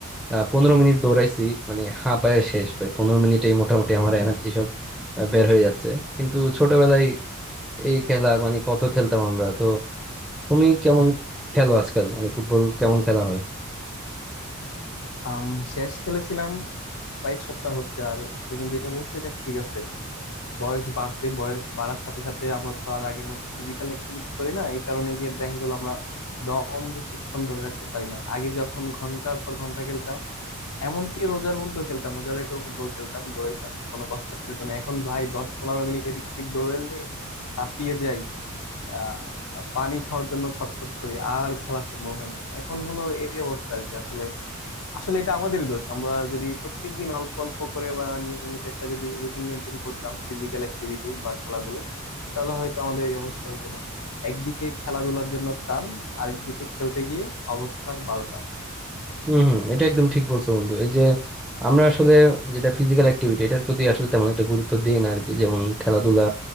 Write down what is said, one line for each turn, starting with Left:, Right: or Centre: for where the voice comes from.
Centre: আহ পনেরো মিনিট দৌড়াইছি মানে হাঁপায়া শেষ ভাই পনেরো মিনিটেই মোটামুটি আমার এনার্জি আহ, বের হয়ে যাচ্ছে কিন্তু ছোটবেলায় এই খেলা মানে কত খেলতাম আমরা তো তুমি কেমন খেলো আজকাল মানে ফুটবল কেমন খেলা হয়
Left: আম শেষ খেলেছিলাম কয়েক সপ্তাহ হচ্ছে আর তুমি যেটা বলছো এটা ঠিক আছে বয়স বাড়ছে বয়স বাড়ার সাথে সাথে আমরা তো আর আগের মতো ফিজিক্যাল অ্যাক্টিভিটি করি না এই কারণে গিয়ে দেখা গেল আমরা দম বেশিক্ষণ ধরে রাখতে পারি না আগে যখন ঘন্টার পর ঘন্টা খেলতাম এমনকি রোজার মধ্যে খেলতাম রোজার রেখেও ফুটবল খেলতাম দৌড়াইতাম কোনো কষ্ট হতো না এখন ভাই দশ পনেরো মিনিট এদিক সেদিক দৌড়াইলে হাঁপিয়ে যাই আহ পানি খাওয়ার জন্য ছটফট করি আর খেলা সম্ভব হয় না এখন হলো এই অবস্থা আর কি আসলে আসলে এটা আমাদেরই দোষ আমরা যদি প্রত্যেকদিন অল্প অল্প করে বা নিয়মিত একটা যদি রুটিন মেনটেন করতাম ফিজিক্যাল অ্যাক্টিভিটির বা খেলাধুলার তাহলে হয়তো আমাদের এই অবস্থা হইতো না একদিকে খেলাধুলার জন্য টান আরেকদিকে খেলতে গিয়ে অবস্থার বারোটা
Centre: হম হম এটা একদম ঠিক বলছো বন্ধু এই যে আমরা আসলে যেটা ফিজিক্যাল অ্যাক্টিভিটি এটার প্রতি আসলে তেমন একটা গুরুত্ব দিই না আর কি যেমন খেলাধুলা